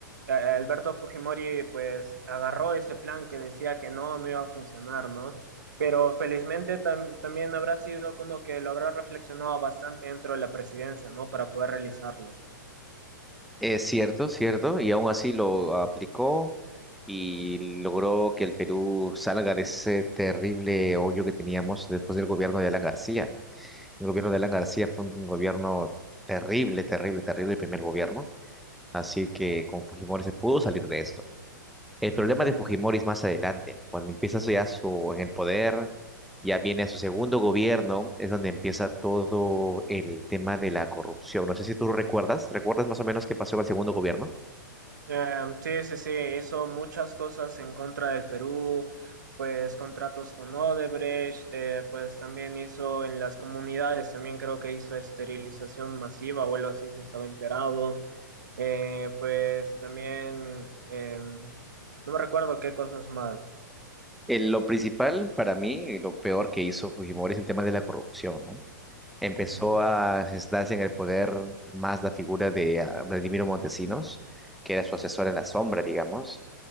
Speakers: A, on the right (about 65°); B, in the centre.
A: eh, Alberto Fujimori pues agarró ese plan que decía que no, no iba a funcionar, ¿no? Pero felizmente tam- también habrá sido como que lo habrá reflexionado bastante dentro de la presidencia, ¿no? Para poder realizarlo.
B: Es cierto, cierto, y aún así lo aplicó y logró que el Perú salga de ese terrible hoyo que teníamos después del gobierno de Alan García. ¿no? El gobierno de Alan García fue un gobierno terrible, terrible, terrible, el primer gobierno, así que con Fujimori se pudo salir de esto. El
A: Mm,
B: problema de Fujimori es más adelante, ¿no? cuando empieza ya su, en el poder, ya viene a su segundo gobierno, es donde empieza todo el tema de la corrupción. No sé si tú recuerdas, ¿recuerdas más o menos qué pasó en el segundo gobierno?
A: Eh, sí, sí, sí, hizo muchas cosas en contra del Perú, pues contratos con Odebrecht, eh, pues también hizo en las comunidades, también creo que hizo esterilización masiva o algo así, se estaba enterado, Eh, pues también, em, no me recuerdo qué cosas más.
B: eh, lo principal para mí, y lo peor que hizo Fujimori es el tema de la corrupción, ¿no? Empezó
A: Mm,
B: a sentarse en el poder más la figura de ah, Vladimiro Montesinos, que era su asesor en la sombra, digamos,